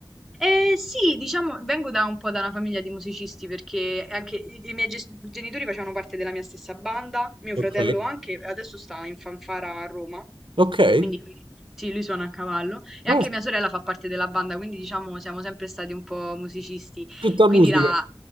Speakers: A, in the centre; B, on the right.
A: e sì, diciamo, vengo da un po' da una famiglia di musicisti perché anche i, i miei ges- genitori facevano parte della mia stessa banda, mio
B: Ok,
A: fratello anche, adesso sta in fanfara a Roma.
B: ok.
A: Quindi lui- sì, lui suona a cavallo e
B: No,
A: anche mia sorella fa parte della banda, quindi diciamo siamo sempre stati un po' musicisti,
B: tutta
A: quindi
B: musica,
A: la,